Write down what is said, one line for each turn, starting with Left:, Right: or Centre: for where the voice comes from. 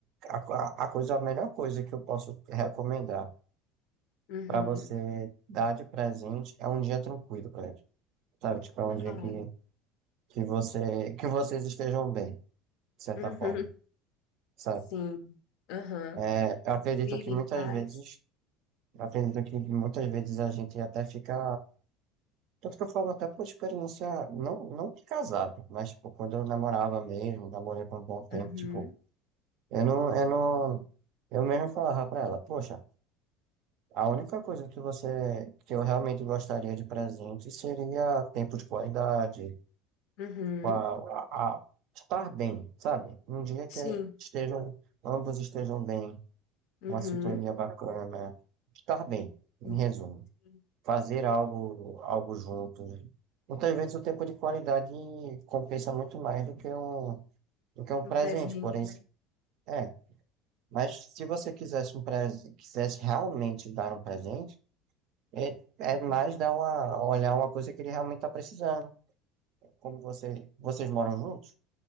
Right: A, a a coisa, a melhor coisa que eu posso recomendar
Left: Uhum.
Right: para você dar de presente é um dia tranquilo para eles. Sabe? Tipo, é um
Left: Ah,
Right: dia que,
Left: é.
Right: que você, que vocês estejam bem, de certa
Left: Uhum.
Right: forma. Sabe?
Left: Sim. Aham.
Right: É, Eu acredito
Left: Vive
Right: que
Left: em
Right: muitas
Left: paz.
Right: vezes, eu acredito que muitas vezes a gente até fica Tanto que eu falo até por experiência, não, não de casado, mas, tipo, quando eu namorava mesmo, namorei por um bom tempo,
Left: Uhum.
Right: tipo, eu não, eu não, eu mesmo falava pra ela, poxa, a única coisa que você, que eu realmente gostaria de presente seria tempo de qualidade,
Left: Uhum.
Right: a, a- a estar bem, sabe? Um dia que
Left: Sim.
Right: estejam, ambos estejam bem,
Left: Uhum.
Right: uma sintonia bacana, estar bem,
Left: Sim.
Right: em
Left: sim.
Right: resumo.
Left: Uhum.
Right: fazer algo, algo juntos. Muitas vezes o tempo de qualidade compensa muito mais do que um, do que um
Left: Um
Right: presente,
Left: presente.
Right: porém, se- é. Mas se você quisesse um presente, quisesse realmente dar um presente, é, é
Left: Uhum.
Right: mais dar uma, olhar uma coisa que ele realmente está precisando. Como você, vocês moram juntos?